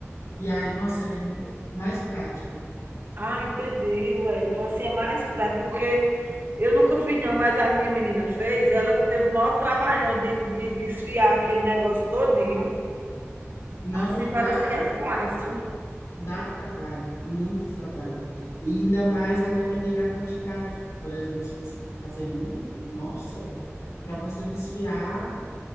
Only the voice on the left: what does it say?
E aí, nossa, é muito mais prático.
Não,
e
dá,
dá trabalho, muito trabalho. E ainda mais a depender da quantidade. Por exemplo, se você for fazer muito, nossa, para você desfiar